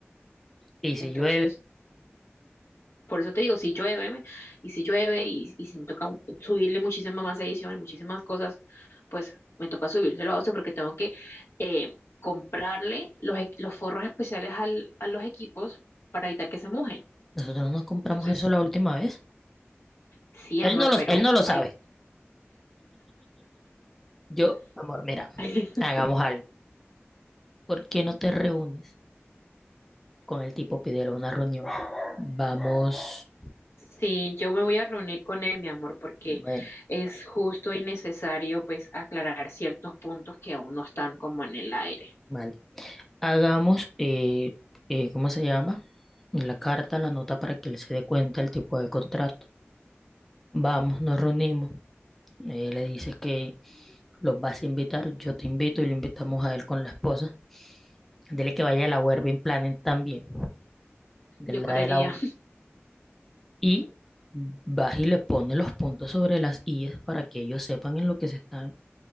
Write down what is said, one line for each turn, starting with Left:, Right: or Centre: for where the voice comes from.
Centre: y
Left: Entonces,
Centre: si llueve,
Left: Por eso te digo, si llueve, me- y si llueve, y, y si me toca un- subirle muchísimas más ediciones, muchísimas cosas, pues me toca subírselo a Ocio porque tengo que eh, comprarle los, e- los forros especiales al- a los equipos para evitar que se mojen.
Centre: Nosotros no compramos
Left: Entonces,
Centre: eso la última vez.
Left: sí,
Centre: Él
Left: amor,
Centre: no lo,
Left: pero
Centre: él no lo sabe.
Left: hay...
Centre: Yo, amor, mira,
Left: <laughs>
Centre: hagamos algo. ¿Por qué no te reúnes con el tipo? Pídele una reunión. Vamos,
Left: Sí, yo me voy a reunir con él, mi amor, porque
Centre: bueno,
Left: es justo y necesario, pues, aclarar ciertos puntos que aún no están como en el aire.
Centre: vale. Hagamos, eh, eh, ¿cómo se llama? La carta, la nota para que él se dé cuenta el tipo de contrato. Vamos, nos reunimos. Eh, le dices que los vas a invitar, yo te invito y lo invitamos a él con la esposa. Dile que vaya a la Werbing Planet también, de
Left: Yo
Centre: la
Left: creería,
Centre: de la
Left: <laughs>
Centre: Y vas y le pones los puntos sobre las íes para que ellos sepan en lo que se están